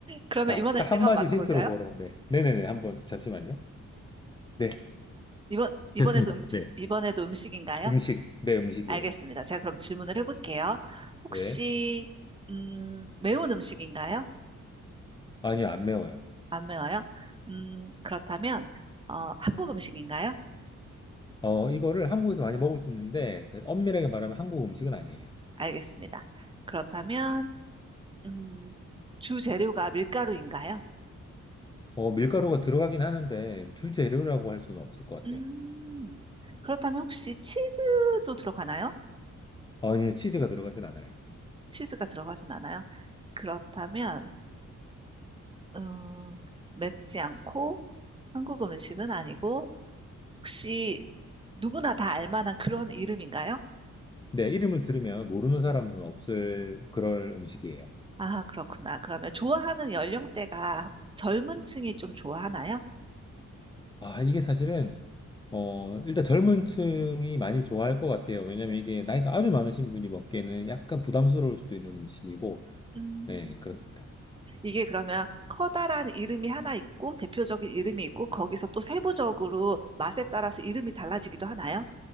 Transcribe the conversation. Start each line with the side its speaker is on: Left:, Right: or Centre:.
Right: 그러면
Left: 아,
Right: 이번에
Left: 딱
Right: 제가
Left: 한마디
Right: 한번 맞춰볼까요?
Left: 힌트로 보러. 네. 네네네. 한번, 잠시만요. 네.
Right: 이번, 이번에도
Left: 됐습니다.
Right: 음식,
Left: 네.
Right: 이번에도 음식인가요?
Left: 음식. 네, 음식이에요.
Right: 알겠습니다. 제가 그럼 질문을 해볼게요. 혹시,
Left: 네.
Right: 음, 매운 음식인가요?
Left: 아니요, 안 매워요.
Right: 안 매워요? 음, 그렇다면, 어, 한국 음식인가요?
Left: 어, 이거를 한국에서 많이 먹을 수 있는데 엄밀하게 말하면 한국 음식은 아니에요.
Right: 알겠습니다. 그렇다면, 음, 주 재료가 밀가루인가요?
Left: 어, 밀가루가 들어가긴 하는데 주재료라고 할 수는 없을 것 같아요.
Right: 음, 그렇다면 혹시 치즈도 들어가나요?
Left: 아니요, 치즈가 들어가진 않아요.
Right: 치즈가 들어가진 않아요? 그렇다면, 음, 맵지 않고 한국 음식은 아니고, 혹시 누구나 다 알만한 그런 이름인가요?
Left: 네, 이름을 들으면 모르는 사람은 없을 그럴 음식이에요.
Right: 아, 그렇구나. 그러면 좋아하는 연령대가 젊은 층이 좀 좋아하나요?
Left: 아, 이게 사실은 어, 일단 젊은 층이 많이 좋아할 것 같아요. 왜냐면 이게 나이가 아주 많으신 분이 먹기에는 약간 부담스러울 수도 있는 음식이고,
Right: 음.
Left: 네, 그렇습니다.
Right: 이게 그러면 커다란 이름이 하나 있고 대표적인 이름이 있고 거기서 또 세부적으로 맛에 따라서 이름이 달라지기도 하나요?